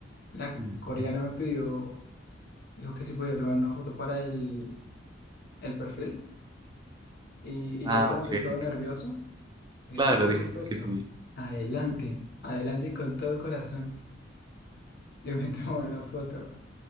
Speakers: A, on the left (about 60°); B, on the right (about 25°).
A: La
B: Mm.
A: coreana me pidió, dijo que si podía tomar una foto para el, el perfil. Y,
B: Ah,
A: y yo como
B: ok.
A: soy todo nervioso,
B: ok.
A: le
B: Claro,
A: sí, por
B: dijiste
A: supuesto.
B: que sí.
A: Adelante, adelante y con todo corazón. Yo me <laughs> tomo la foto.